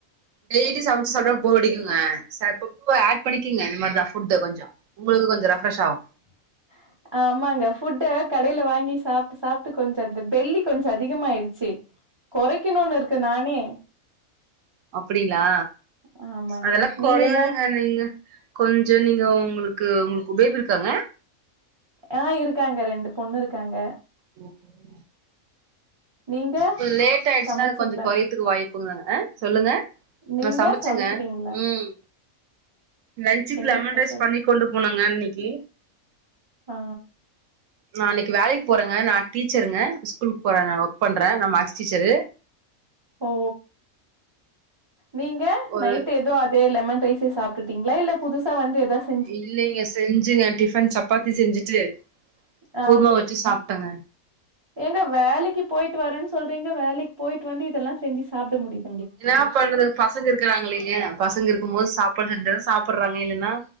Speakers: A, on the right; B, on the right.
A: டெய்லி சமைச்சு சாப்ட போர் அடிக்குங்க சப்பப்ப ஆட் பண்ணிக்கங்க இந்த மாரிதா ஃபுட்டு் கொஞ்சோ உங்களுக்கு கொஞ்சோ ரெப்ஃப்ரெஷ் ஆகு
B: <unintelligible> ஆமாங்க ஃபுட்டு கடையில வாங்கி சாப்பிட்டு சாப்பிட்டு கொஞ்ச அந்த பெல்லி கொஞ்ச அதிகமயி ச்சு கொறைக்கணுன்னு இருக்கு நானே
A: அப்டிங்களா
B: ஆமாங்க
A: அதெல்லா
B: நீங்க
A: கொறையாதீங்க
B: என்ன
A: நீங்க கொஞ்ச நீங்க உங்களுக்கு உங்களுக்கு பேபி இருக்காங்க
B: ஆ இருக்காங்க ரெண்டு பொண்ணு இருக்காங்க
A: ம்
B: நீங்க
A: கொஞ்சம் லேட் ஆயிடுச்சுன்னா
B: சமைச்சீங்களா
A: அது கொஞ்ச கொறதுக்கு வாய்ப்புங்க ஆ சொல்லுங்க
B: நீங்க
A: நா சமச்சங்க
B: சமைச்சிட்டீங்களா
A: ம் லன்சுக்கு
B: என்ன
A: லெமன்
B: ஸ்பெஷல்
A: ரைஸ் பண்ணி கொண்டு போனுங்க இன்னைக்கி
B: ஆ
A: நா இன்னைக்கி வேலைக்கு போறேங்க நா டீச்சருங்க ஸ்கூலுக்கு போறே நா ஒ ர்க் பண்றே நா மேக்ஸ் டீச்சரு
B: ஓ நீங்க
A: ஒரு
B: நைட்டு எதோ அதே லெமன் ரைஸ் சே சாப்ட்டுட்டீங்ளா இல்ல புதுசா வந்து எதாச்
A: இல்லைங்க செஞ்சுங்க டிஃபன் சப்பாத்தி செஞ்சுட்டு
B: ஆ
A: கூர்மா வெச்சு சாப்ட்டங்க
B: ஏங்க வேலைக்கிப் போயிட்டு வரேன் சொல்றீங்க வேலைக் போயிட்டு வந்து இதெல்லா செஞ்சி சாப்ட முடித்
A: என்னாப் பண்றதுங்க பசங்க இருக்கிறாங்க இல்லைங்க பசங்க இருக்கும்மோது சாப்பாடு செஞ்சாதா சாப்பர்றாங்க இல்லனா